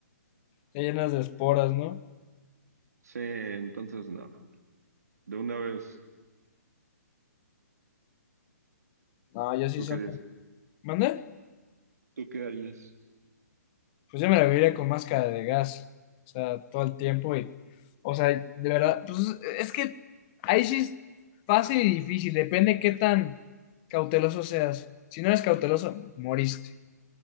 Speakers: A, on the left (about 30°); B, on the right (about 70°).
A: Están llenas de esporas, ¿no?
B: Sí, entonces nada, de una vez,
A: No, ya sí
B: ¿tú
A: son.
B: qué harías?
A: ¿Mande?
B: ¿Tú qué harías?
A: Pues yo me la viviría con máscara de gas, o sea, todo el tiempo y, o sea, de verdad, pues es que ahí sí es fácil y difícil, depende qué tan cauteloso seas. Si no eres cauteloso, moriste.